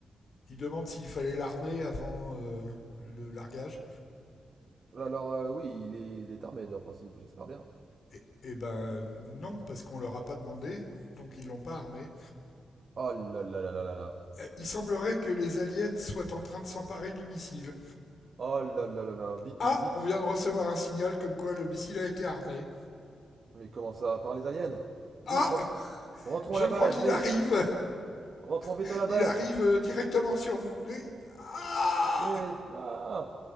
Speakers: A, on the left; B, on the right.
A: Il demande s'il fallait l'armer avant euh, le largage.
B: Alors, euh, oui, il est, il est armé, en principe, j'espère bien.
A: Et, et ben non, parce qu'on leur a pas demandé, donc ils l'ont pas armé.
B: Oh là là là là là là.
A: Euh, Il semblerait que les aliens soient en train de s'emparer du missile.
B: Oh là là là là. Vite,
A: Ah,
B: me- vite.
A: on vient de recevoir un signal comme quoi le missile a été armé.
B: Mais comment ça Par les aliens Vite,
A: Ah,
B: rentre- rentrons
A: je
B: à la
A: crois
B: base,
A: qu'il
B: vite
A: arrive.
B: Rentrons
A: <laughs>
B: vite à la base
A: Il arrive euh, directement sur nous. Ah
B: Vite Ah